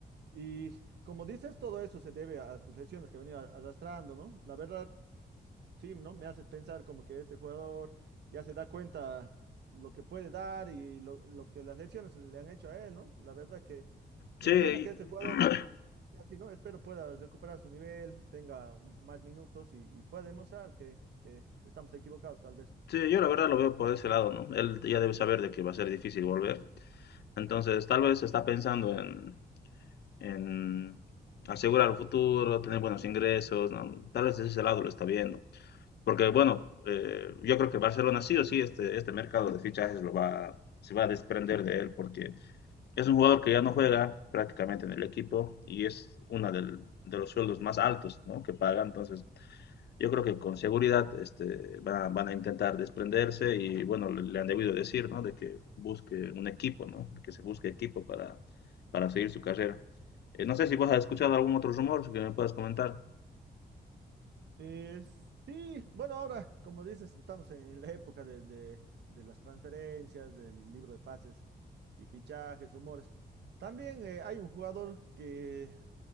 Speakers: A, on the right; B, on the left.
A: Y como dices, todo eso se debe a, a sus lesiones que venía arrastrando, ¿no? La verdad, Sí, ¿no? Me haces pensar como que este jugador ya se da cuenta lo que puede dar y lo, lo que las lesiones le han hecho a él, ¿no? La verdad que
B: Sí,
A: una
B: y-
A: pena que este jugador, um,
B: <clears throat>
A: así, ¿no? Espero pueda recuperar su nivel, tenga un- más minutos y, y pueda demostrar que, que estamos equivocados, tal vez.
B: Sí, yo la verdad lo veo por ese lado, ¿no? Él ya debe saber de que va a ser difícil volver. Entonces, tal vez está pensando en, en asegurar el futuro, tener buenos ingresos, ¿no? Tal vez desde ese lado lo está viendo. Porque, bueno, eh, yo creo que Barcelona sí o sí, este, este mercado de fichajes lo va, se va a desprender de él, porque es un jugador que ya no juega prácticamente en el equipo y es uno de los sueldos más altos, ¿no? que paga. Entonces, yo creo que con seguridad este, va- van a intentar desprenderse y bueno, le, le han debido decir, ¿no? De que busque un equipo, ¿no? Que se busque equipo para, para seguir su carrera. Eh, no sé si vos has escuchado algún otro rumor que me puedas comentar.
A: Eh, sí, bueno, ahora, como dices, estamos en la época de, de, de las transferencias, del libro de pases y fichajes, rumores. También eh, hay un jugador que